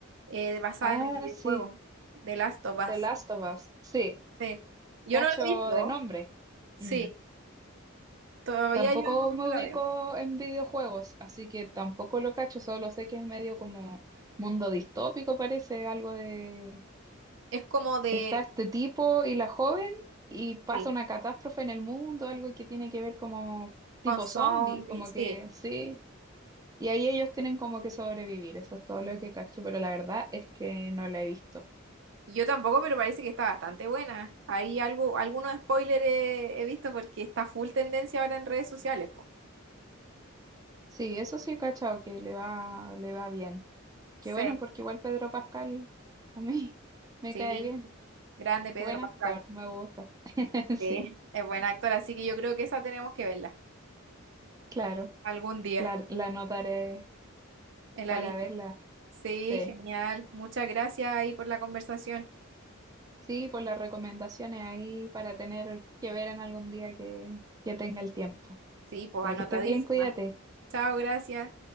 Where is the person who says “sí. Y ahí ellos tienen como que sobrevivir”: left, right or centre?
Right